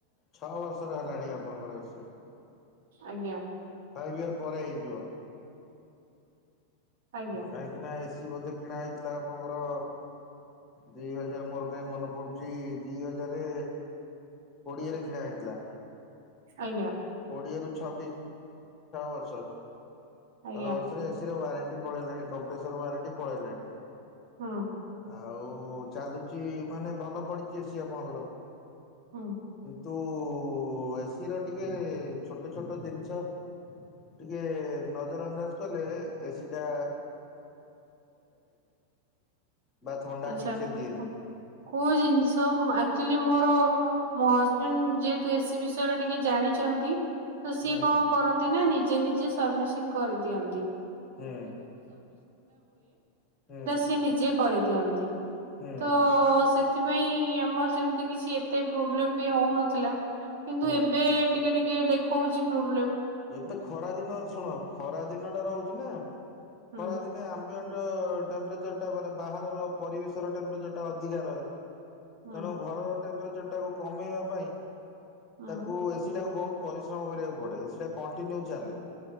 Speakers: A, on the left; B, on the right.
A: ଛଅ ବର୍ଷର ହେଲାଣି ଆପଣଙ୍କର ଏସି
B: ଆଜ୍ଞା।
A: ଫାଇଭ୍ ଇୟର୍ ପରେ ହେଇଯିବ।
B: ଆଜ୍ଞା
A: କାହିଁକି ନା କିଛି ବୋଧେ କିଣା ହେଇଥିଲା ଆପଣଙ୍କର ଦିଇହଜାର ମୋର କାହିଁ ମନେ ପଡୁଛି ଦିଇ ହଜାର କୋଡିଏରେ କିଣା ହେଇଥିଲା।
B: ଆଜ୍ଞା।
A: <inaudible> ଛଅ ବର୍ଷ।
B: ଆଜ୍ଞା।
A: ଛଅ ବର୍ଷରେ ଏ ସି ର ୱାରଣ୍ଟି ପଳେଇଣି କମ୍ପ୍ରେସର ୱାରେଣ୍ଟି ପଳେଇଲାଣି।
B: ହୁଁ
A: ଆଉ ଚାଲୁଛି ମାନେ ଭଲ ପଡିଚି ଏ ସି ଆପଣଙ୍କର।
B: ହଁ।
A: ତୁ ଏ ସି ର ଟିକେ ଛୋଟ ଛୋଟ ଜିନିଷ ଟିକେ ନ ନଜର ଅନ୍ଦାଜ କଲେ ଏ ସିଟା। ବା ଥଣ୍ଡା
B: ଆଚ୍ଛା।
A: ଠିକ ସେ ଦିଏନି।
B: କୋଉ ଜିନିଷ ଆକଚୁଆଲି ମୋର ମୋ ହଜବେଣ୍ଡ ଯେତୁ ଏ ସି ବିଷୟରେ ଟିକେ ଜାଣିଛନ୍ତି। ତୁ ସିଏ
A: ହୁଁ
B: କଣ କରନ୍ତି ନା ନି ନିଯେ ନିଜେ ସର୍ଭିସିଂ କରିଦିଅନ୍ତି। <inaudible>
A: ହୁଁ ହୁଁ
B: ଚିନ୍ତା <inaudible> ପରେ ଦିଅନ୍ତି।
A: ହୁଁ
B: ତ ସେ ସେଥିପାଇଁ ଆମର ସେମିତି କିଛି ଏତେ ପ୍ରୋବ୍ଲେମ ବି ହଉନଥିଲା। କିନ୍ତୁ
A: ହୁଁ।
B: ଏବେ ଟି ଟିକେ ଟିକେ ଦେଖଉଛି ପ୍ରୋବ୍ଲେମ୍।
A: ଏବେ ଖରା ଦିନ ଶୁଣ ଖ ଦିନଟା ରହୁଛି ନା।
B: ହୁଁ
A: ଖରାଦିନେ ଆମ୍ବି <unintelligible> ଟେମ୍ପଚର ଟା ମାନେ ବାହାରର ପରିବେଶ ର ଟେମ୍ପରେଚର ଟା ଅଧିକା ରହେ।
B: ହୁଁ
A: ତେଣୁ ଘରର ଟେମ୍ପଜର ତାକୁ କମେଇବା ପାଇଁ
B: ହୁଁ
A: ତାକୁ ଏସିି ଟାକୁ ବହୁତ ପରିଶ୍ରମ କରିବାକୁ ପଡେ ସେଇଟା। କଣ୍ଟିନ୍ୟୁ ଚାଲେ।